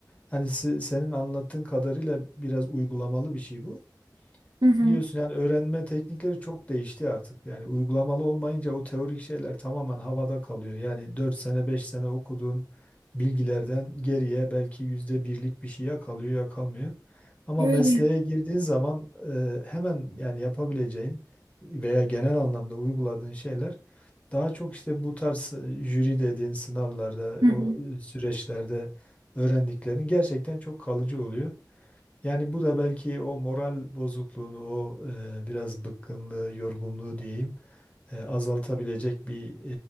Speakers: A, on the left; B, on the right.
A: hani se- senin anlattığın kadarıyla biraz uygulamalı bir şey bu.
B: Hı hı.
A: Biliyorsun yani öğrenme teknikleri çok değişti artık. Yani uygulamalı olmayınca o teorik şeyler tamamen havada kalıyor. Yani 4 sene 5 sene okuduğun bilgilerden geriye belki yüzde birlik bir şey ya kalıyor ya kalmıyor. Ama
B: Öyle.
A: mesleğe girdiğin zaman e, hemen yani yapabileceğin veya genel anlamda uyguladığın şeyler daha çok işte bu tarz e, jüri dediğin sınavlarda
B: Hı hı.
A: o e, süreçlerde öğrendiklerin gerçekten çok kalıcı oluyor. Yani bu da belki o moral bozukluğunu, o e, biraz bıkkınlığı, yorgunluğu diyeyim, e, azaltabilecek bir